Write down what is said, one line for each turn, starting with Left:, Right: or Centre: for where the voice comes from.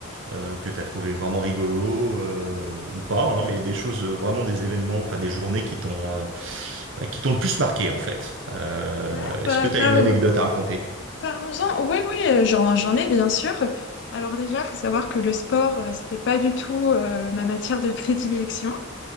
Right: euh, que tu as trouvé vraiment rigolo euh, ou pas, hein, mais des choses, euh, vraiment des événements, enfin des journées qui t'ont euh, bah, qui t'ont le plus marqué en fait. Euh,
Left: Ouais,
Right: est-ce
Left: bah,
Right: que tu
Left: par-
Right: as une anecdote à raconter?
Left: parlons-en. Oui, oui, euh, j'en, j'en ai bien sûr. Alors déjà, il faut savoir que le sport, euh, c'était pas du tout euh, ma matière de prédilection.